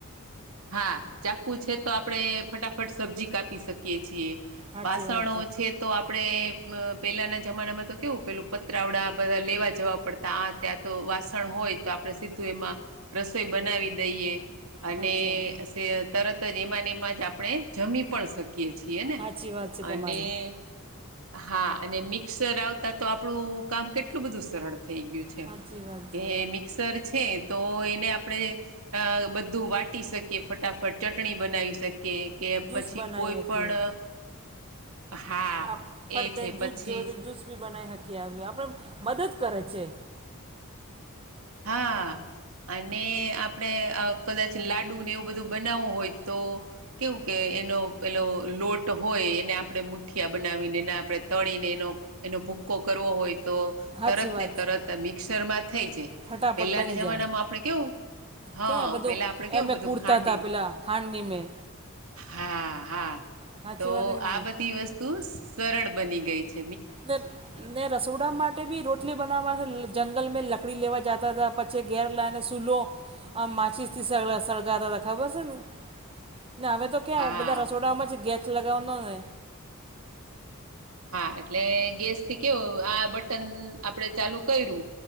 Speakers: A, on the right; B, on the right.
A: હા ચાકુ છે તો આપડે ફટાફટ સબ્જી કાપી શક કે છીએ,
B: સાચી
A: વાસણો
B: વાત
A: છે તો આપણે, પેલાના જમાનામાં તો કેવું પેલું પત્રવડા બધા લેવા જવા પડતા આ ત્યાં તો વાસણ હોય, તો આપણે સીધું એમાં રસોઈ બનાવી દઈએ.
B: સાચી
A: ને
B: વાત
A: સે તરતજ એમાંને એમાંજ આપણે જમી પણ શક કિયે છીએને,
B: સાચી વાત છે
A: અને
B: તમારી
A: હા અને મિક્સર આવતા તો આપણું કામ કેટલું બધું સરળ થઈ ગયું છે.
B: સાચી વાત
A: કે
B: છે
A: મિક્સર છે તો એને આપણેે બધું અ વાટ ટી શકીએ ફટાફટ, ચટણી બનાવી શક કે કે
B: જ્યુસ
A: પછી
B: બનાવી
A: કોઈ
B: શકીએ
A: પણ હા
B: આ ફટદઈને
A: એ છે પછી
B: જૂસ જોઈએ તો જૂસ બી બનાઈ હકીએ, આપણે મદદ કરે છે.
A: હા અને આપ આપણે કદાચ લાડુ ને એવું બધું બનાવવું હોય તો કેવું કે એનો પેલો લોટ હોય એને આપણે મુઠિયા બનાવીને ને એને આપણે તળીને એનો એનો ભૂક્કો કરવો હોય તો
B: સાચી
A: તરતને
B: વાત
A: તરત
B: છે
A: મિક્સરમાં થઈ જાય.
B: ફટાફટ
A: પેલાના
B: બની
A: જમાનામાં
B: જાય
A: આપણે કેવું હા,
B: ક્યાં બધું
A: પેલા આપડે કેવું
B: એમે
A: બધું
B: કૂડતા
A: ખાંડીન
B: હતા પેલા ખાંડની મેં
A: હા હા
B: સાચી
A: તો
B: વાત કે નહીં
A: આ બધી વસ્તુ સરળ બની ગઈ છ
B: ન ને રસોડા માટેબી રો ટલી બનાવવા જંગલ મે લકડી લેવા જતા તા, પછી ઘેર લાને સુલો આમ માચીસથી સળ સળગાતા ખબર છે ને? ના હવે તો ક્યાં
A: હા
B: બધા રસોડામાં જ ગેસ લગાવવાનો ને.
A: હા એટલે ગેસ થી કેવો આ બટન આપડે ચાલુ કર્યું.